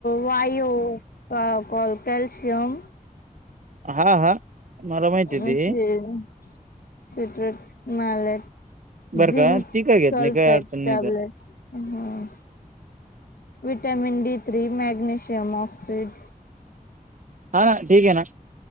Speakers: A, on the left; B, on the right.
A: वायू क कोल कॅल्शियम
B: हा हा मला
A: <unintelligible>
B: माहिती ते बरं
A: झिंक
B: का ती काय
A: सलफेट
B: घेत नाही काही अडचण नाही
A: टॅब्लेटस
B: त्याला
A: हं vitamin D three magnesium oxide
B: हा ना ठीक हे ना